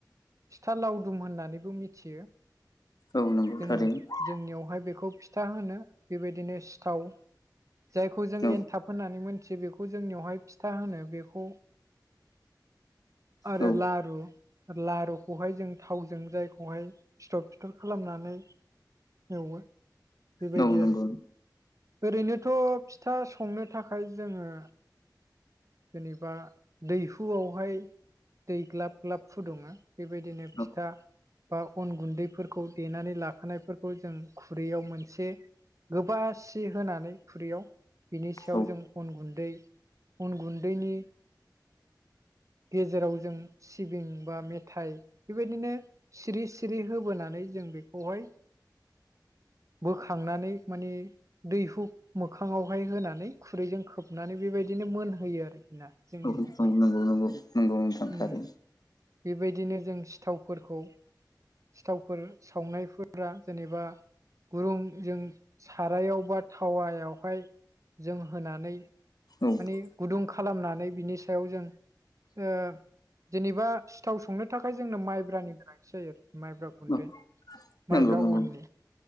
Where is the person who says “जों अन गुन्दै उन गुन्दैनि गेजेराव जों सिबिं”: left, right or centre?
Right